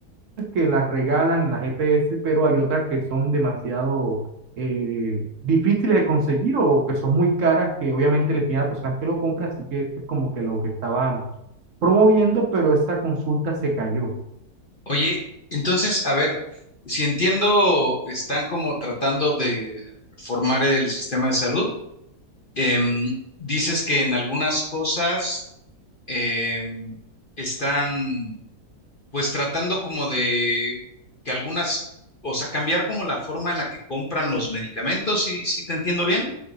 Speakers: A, on the right; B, on the left.
A: que las regalan en las EPS, pero hay otras que son demasiado eh, difíciles de conseguir o que son muy caras, que obviamente les piden a las personas que lo compran, así que esto es como que lo que estaban promoviendo, pero esa consulta se cayó.
B: Oye, entonces, a ver, si entiendo, están como tratando de reformar el sistema de salud. Em, dices que en algunas cosas em, están pues tratando como de que algunas, o sea, cambiar como la forma en la que compran los medicamentos, si, si te entiendo bien.